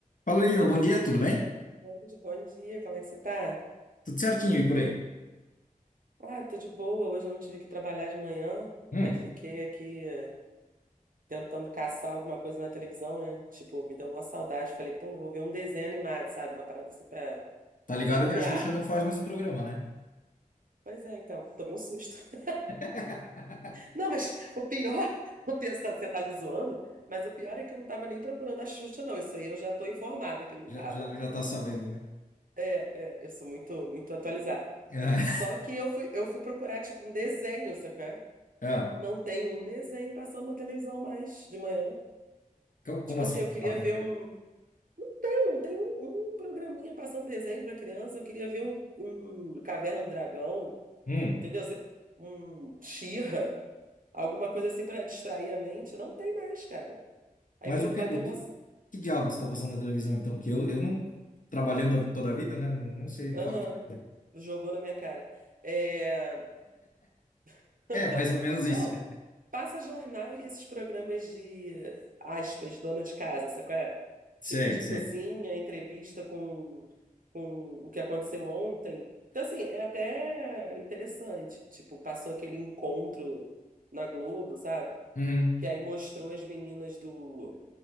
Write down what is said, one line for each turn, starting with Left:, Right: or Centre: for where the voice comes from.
Left: Fala, Lina, bom dia, tudo bem?
Right: Oi, Bom dia, como é que você tá?
Left: Tudo certinho e por aí?
Right: Ah, tô de boa. Hoje eu não tive que trabalhar de manhã,
Left: Hum,
Right: aí fiquei aqui eh, tentando caçar alguma coisa na televisão, né? Tipo, me deu uma saudade. Falei, pô, vou ver um desenho animado, sabe? Uma parada assim pra
Left: Tá ligado
Right: desanuviar.
Left: que a Xuxa não faz mais o programa, né?
Right: Pois é, então, tomei um susto. <laughs>
Left: <laughs>
Right: Não, mas o pior, <laughs> o pior, você tá você tá me zoando, mas o pior é que eu não tava nem procurando a Xuxa, não. Isso aí eu já tô informada que não
Left: Já,
Right: tava.
Left: já, já tá sabendo, né?
Right: É, é, eu sou muito, muito atualizada.
Left: <laughs>
Right: Só que eu fui, eu fui procurar, tipo, um desenho, sacou?
Left: É, é.
Right: Não tem um desenho passando na televisão mais de manhã.
Left: Co- Como
Right: Tipo
Left: assim
Right: assim, eu
Left: não
Right: queria
Left: faz
Right: ver
Left: mais?
Right: um. Tem, não tem um, um programinha passando desenho para criança. Eu queria ver um, um Caverna do Dragão,
Left: hum.
Right: entendeu? Se- Um She-Ra, alguma coisa assim para distrair a mente. Não tem mais, cara. Aí
Left: Mas
Right: me
Left: o
Right: bateu
Left: que, o
Right: uma.
Left: que, que diabos tá passando na televisão, então? Que eu, eu não, trabalhando a- toda a vida, né? Não, não sei, não
Right: Aham,
Left: faço ideia.
Right: jogou na minha cara. É... <laughs>
Left: É, mais ou menos
Right: Não,
Left: isso, né?
Right: Passa jornal e esses programas de, aspas, dona de casa, sabe qual é?
Left: Sei,
Right: Tipo de
Left: sei.
Right: cozinha, entrevista com, com o que aconteceu ontem. Então, assim, é até interessante. Tipo, passou aquele encontro na Globo, sabe?
Left: Uhum.
Right: Que aí mostrou as meninas do...